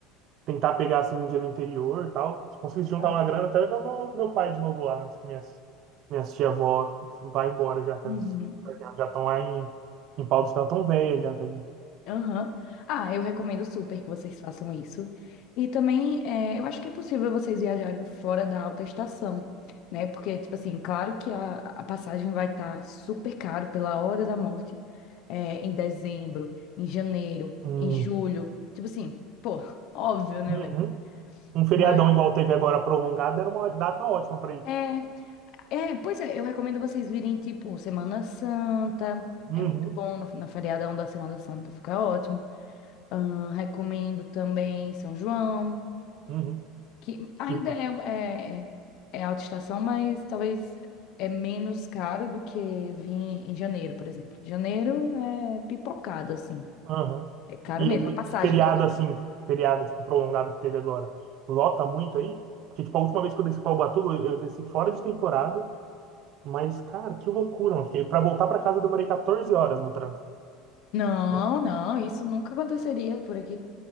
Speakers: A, on the right; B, on the left.
A: tentar pegar assim, um dia no interior e tal, se conseguisse juntar
B: Aham.
A: uma grana, até levar meu, meu pai de novo lá, antes que minhas, minhas tia-avó vá embora, já que
B: Uhum.
A: elas já estão lá em, em Pau do Céu, tão velha já, tá? ligado?
B: Aham. Ah, eu recomendo super que vocês façam isso. E também, é, eu acho que é possível vocês viajarem fora da alta estação, né? Porque, tipo assim, claro que a, a passagem vai estar super caro pela hora da morte, é, em dezembro, em janeiro,
A: Hum,
B: em julho. Tipo assim, pô, óbvio, né,
A: uhum.
B: velho?
A: Um feriadão
B: Mas
A: igual teve agora prolongado era uma data ótima para ir.
B: é, é, pois é, eu recomendo vocês virem tipo Semana Santa.
A: Uhum,
B: É muito bom na, na feriadão da Semana Santa, fica ótimo. Ahn, recomendo também São João,
A: uhum.
B: que ainda
A: E,
B: é, é, é alta estação, mas talvez é menos caro do que vir em janeiro, por exemplo. Janeiro é pipocado, assim.
A: aham.
B: É caro
A: E,
B: mesmo, a passagem
A: e feriado
B: que eu digo.
A: assim, feriado tipo, prolongado que teve agora, lota muito aí? Porque tipo, a última vez que eu desci para Ubatuba, eu eu desci fora de temporada, mas cara, que loucura, mano. Para voltar para casa eu demorei 14 horas no trânsito.
B: Não,
A: Pô,
B: não, isso nunca aconteceria por aqui.